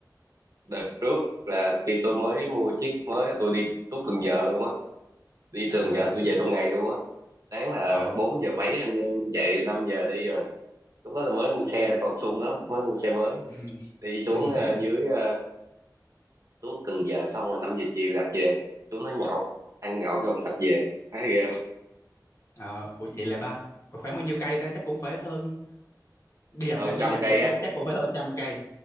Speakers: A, on the right; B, on the left.
A: đợt trước là khi tôi mới mua chiếc mới là tôi đi tuốt Cần Giờ luôn á đi
B: à
A: Cần Giờ tôi về trong ngày luôn á sáng là
B: ồ
A: 4 giờ mấy anh em dậy 5 giờ đi rồi lúc đó là mới mua xe
B: ừ.
A: là còn sung lắm mới mua xe mới
B: Ừ.
A: đi xuống
B: ừ. <laughs>
A: ờ, dưới uh, tuốt Cần Giờ xong rồi 5 giờ chiều đạp về xuống nó nhậu ăn nhậu xong đạp về thấy ghê
B: Ờ, ủa vậy là ba khoảng khoảng bao nhiêu cây ta chắc cũng phải hơn đi đạp
A: hơn
B: đạp đi
A: trăm
B: đạp
A: cây
B: về
A: á
B: chắc chắc cũng phải hơn trăm cây